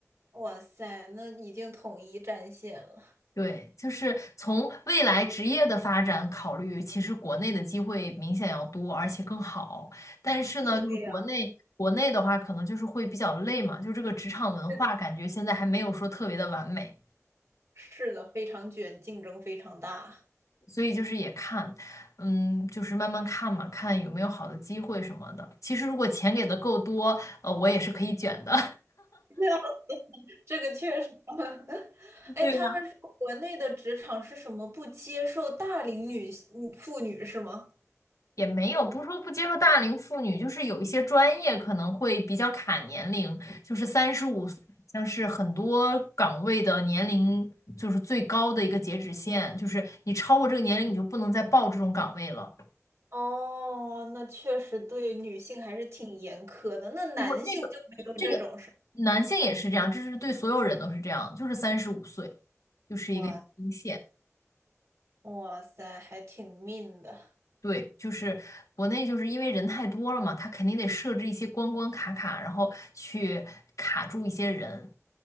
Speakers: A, on the right (about 60°); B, on the left (about 80°).
A: 哇塞，那已经统一战线了。
B: 对，就是从未来职业的发展考虑，其实国内的机会明显要多，而且更好。但是呢，
A: 对呀，
B: 就是国内国内的话，可能就是会比较累嘛，就这个职场文化感觉现在还没有说特别的完美，
A: 是的，是的，非常卷，竞争非常大。
B: 所以就是也看，嗯，就是慢慢看嘛，看有没有好的机会什么的。其实如果钱给的够多，呃，我也是可以卷的。
A: <laughs> 这个确实，<laughs> 哎，
B: <laughs>
A: 他们说国内的职场是什么不接受大龄女性妇女是吗？
B: 也没有，不是说不接受大龄妇女，就是有一些专业可能会比较卡年龄，就是三十五，像是很多岗位的年龄就是最高的一个截止线，就是你超过这个年龄，你就不能再报这种岗位了。
A: 哦，那确实对女性还是挺严苛的。那男性就没有这种事儿
B: 我这个这个男性也是这样，这是对所有人都是这样，就是三十五岁，就是一个底线。
A: 哇哇塞，还挺命的。
B: 对，就是国内就是因为人太多了嘛，他肯定得设置一些关关卡卡，然后去卡住一些人。